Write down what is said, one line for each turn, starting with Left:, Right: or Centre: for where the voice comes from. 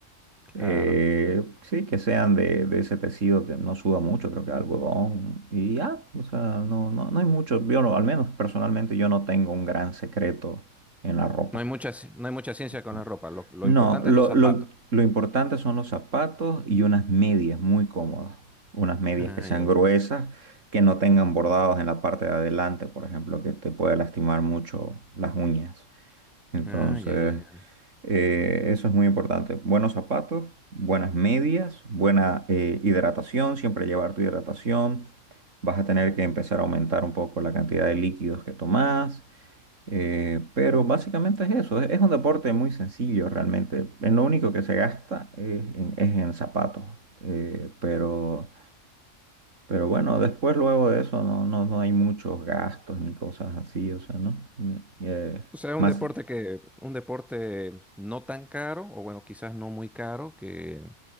Centre: Claro.
Right: Eh, sí, que sean de, de ese tejido que no suda mucho, creo que algodón. Y ya, o sea, no, no, no hay mucho. Yo, no- al menos personalmente, yo no tengo un gran secreto en la ropa.
Centre: No hay mucha, ci- no hay mucha ciencia con
Right: No,
Centre: la ropa. Lo, lo
Right: No,
Centre: importante
Right: lo,
Centre: es los zapatos.
Right: lo, lo importante son los zapatos y unas medias muy cómodas. Unas medias
Centre: Ay,
Right: que sean
Centre: ay,
Right: gruesas, que no tengan bordados en la parte de adelante, por ejemplo, que te puede lastimar mucho las uñas. Entonces,
Centre: ay, ay, ay, ay.
Right: eh, eso es muy importante. Buenos zapatos, buenas medias, buena eh, hidratación, siempre llevar tu hidratación. Vas a tener que empezar a aumentar un poco la cantidad de líquidos que tomás. eh, pero básicamente es eso, es, es un deporte muy sencillo realmente. En Lo único que se gasta es en, es en zapatos. eh, pero, pero bueno, después luego de eso no, no, no hay muchos gastos ni cosas así, o sea, ¿no? Ni- eh,
Centre: O sea, es
Right: más,
Centre: un deporte que, un deporte no tan caro, o bueno, quizás no muy caro, que,